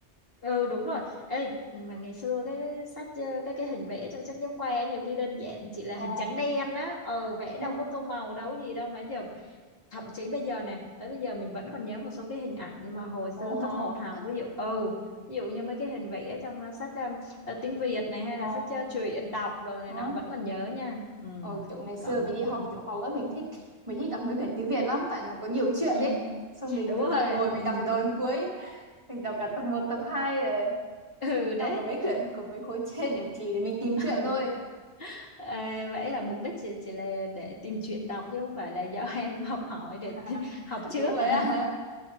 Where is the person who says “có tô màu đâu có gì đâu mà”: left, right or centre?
Left